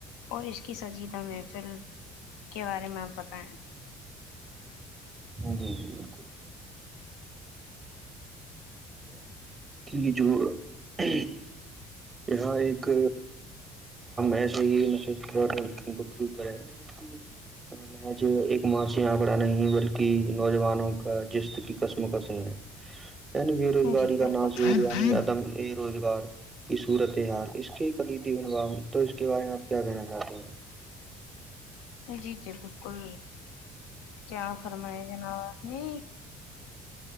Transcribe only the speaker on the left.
اور اس کی سجیدہ محفل کے بارے میں آپ بتائیں
جی
بالکل
جی جی بالکل کیا فرمائے جناب آپ نے